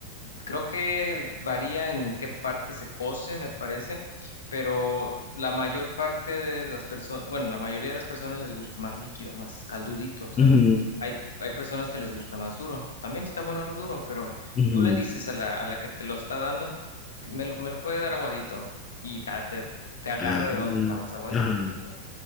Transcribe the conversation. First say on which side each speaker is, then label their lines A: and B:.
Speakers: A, on the left; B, on the left.
A: Creo que varía en qué parte se cose, me parece, pero la mayor parte de las personas, bueno, la mayoría de las personas les gusta más líquido, más caldudito, ¿sabes?
B: Ujú,
A: Hay, hay personas que les gusta más duro. También está bueno duro, pero
B: ujú.
A: tú le dices a la, a la que te lo está dando, que me lo, me lo puede dar aguadito y ta- te, te agarra
B: Ah,
A: de donde está más aguadito
B: ajá.
A: y así.